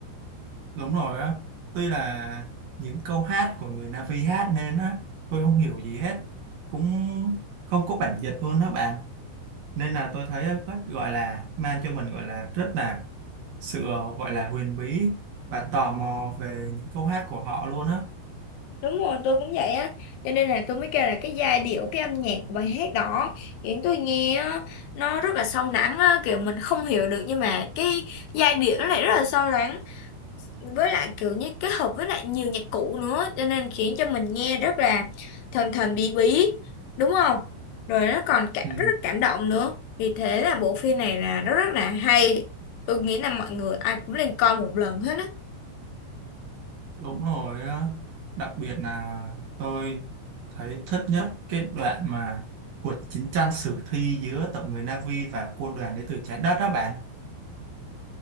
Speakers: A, on the right; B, on the left.
A: Đúng rồi á, tuy là những câu hát của người Na'vi hát nên á, tôi không hiểu gì hết, cũng không có bản dịch luôn đó bạn. Nên là tôi thấy rất gọi là mang cho mình gọi là rất là sự gọi là huyền bí và tò mò về những câu hát của họ luôn á.
B: Đúng rồi, tôi cũng vậy á. Cho nên là tôi mới kêu là cái giai điệu, cái âm nhạc của bài hát đó khiến tôi nghe á, nó rất là sâu lắng á, kiểu mình không hiểu được nhưng mà cái giai điệu nó lại rất là sâu lắng. Với lại kiểu như kết hợp với lại nhiều nhạc cụ nữa cho nên khiến cho mình nghe rất là thần thần bí bí, đúng không? Rồi nó còn cả,
A: Ừ,
B: rất là cảm động nữa. Vì thế là bộ phim này là rất rất là hay. Tôi nghĩ là mọi người ai cũng nên coi một lần hết á.
A: đúng rồi á, đặc biệt là tôi thấy thích nhất cái đoạn mà cuộc chiến tranh sử thi giữa tộc người Na'vi và quân đoàn đến từ trái đất đó bạn.